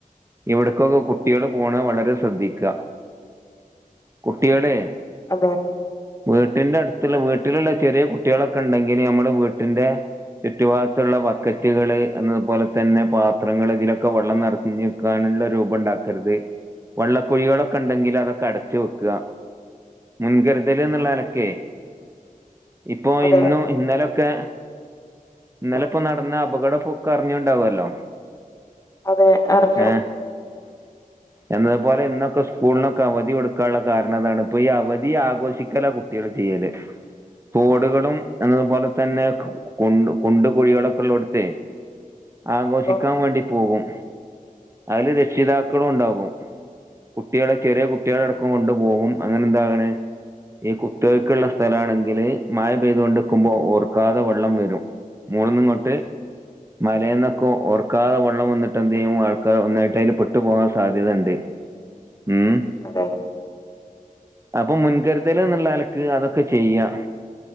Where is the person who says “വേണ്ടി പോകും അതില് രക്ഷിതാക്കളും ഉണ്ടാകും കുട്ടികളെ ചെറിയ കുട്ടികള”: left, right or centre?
Right